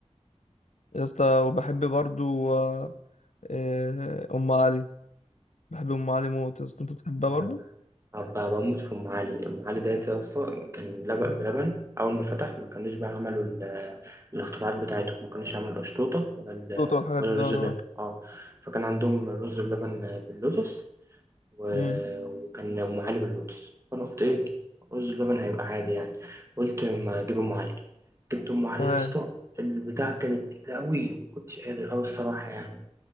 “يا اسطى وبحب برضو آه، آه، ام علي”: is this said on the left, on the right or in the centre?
Left